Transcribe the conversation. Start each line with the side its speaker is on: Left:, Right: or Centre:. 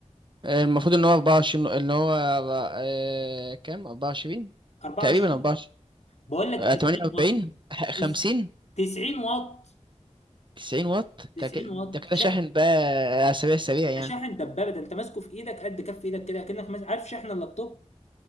Right: المفروض ان هو 24 ان هو آه، كام 24
Left: 24
Right: تقريبا 24
Left: بقول لك
Right: آه،
Left: 90
Right: 48
Left: واط
Right: ح- 50
Left: تس- 90 واط
Right: 90 <laughs> واط
Left: 90
Right: ده كده ده
Left: واط
Right: كده
Left: شاحن
Right: شاحن بقى على سريع سريع يعني
Left: ده شاحن دبابه ده انت ماسكه في ايدك قد كف ايدك كده كأنك ماسك عارف شاحن اللابتوب